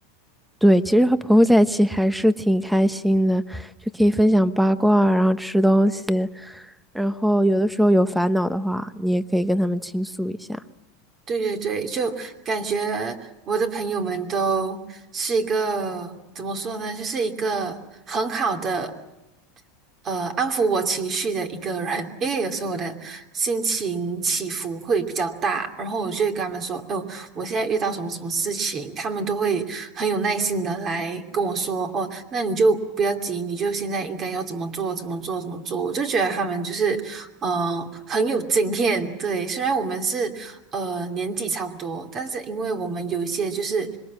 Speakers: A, in the centre; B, on the right (about 30°).
A: 对，其实和朋友在一起还是挺开心的，就可以分享八卦啊，然后吃东西，然后有的时候有烦恼的话，你也可以跟他们倾诉一下。
B: 对对对，就感觉我的朋友们都是一个，怎么说呢，就是一个很好的。呃，安抚我情绪的一个人，因为有时候我的心情起伏会比较大，然后我就会跟他们说，哦，我现在遇到什么什么事情，他们都会很有耐心的来跟我说，哦，那你就不要急，你就现在应该要怎么做，怎么做，怎么做。我就觉得他们就是，呃，很有经验。对，虽然我们是呃年纪差不多，但是因为我们有一些就是